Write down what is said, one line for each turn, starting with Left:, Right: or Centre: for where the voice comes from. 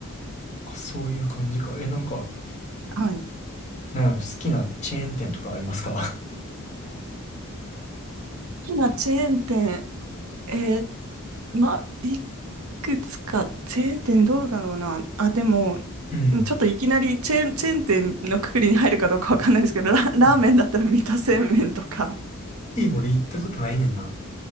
Left: あ、そういう感じか。え、なんか、
Right: はい。好
Left: なんやろ、好きなチェーン店とかありますか
Right: きなチェーン店、えーまあ、いくつか、チェーン店どうだろうな。あ、でも、
Left: うん。
Right: んちょっといきなりチェーン、チェーン店のくくりに入るかどうかわかんないですけど、ラ、<laughs> ラーメンだったら三田製麺とか、
Left: <laughs> うんいい、俺行ったことないねんな。